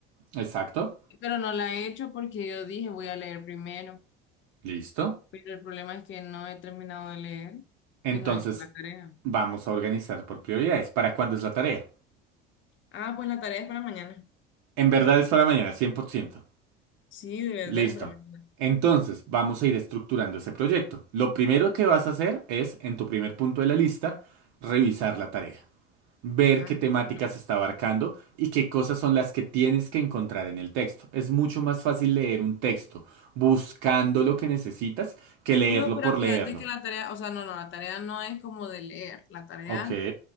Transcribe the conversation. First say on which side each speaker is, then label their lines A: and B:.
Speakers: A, on the right; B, on the left.
A: exacto.
B: Pero no la he hecho porque yo dije voy a leer primero.
A: Listo.
B: Pero el problema es que no he terminado de leer
A: Entonces,
B: y no he hecho la tarea.
A: vamos a organizar por prioridades. ¿Para cuándo es la tarea?
B: ah, pues la tarea es para mañana.
A: En verdad es para mañana, 100%.
B: Sí, de
A: Listo.
B: verdad es para mañana.
A: Entonces, vamos a ir estructurando ese proyecto. Lo primero que vas a hacer es, en tu primer punto de la lista, revisar la tarea. ver
B: Ajá,
A: qué temáticas
B: sí, claro.
A: está abarcando y qué cosas son las que tienes que encontrar en el texto. Es mucho más fácil leer un texto buscando lo que necesitas que leerlo
B: No, pero
A: por
B: fíjate
A: leerlo.
B: que la tarea, o sea, no, no, la tarea no es como de leer. La tarea
A: Ok.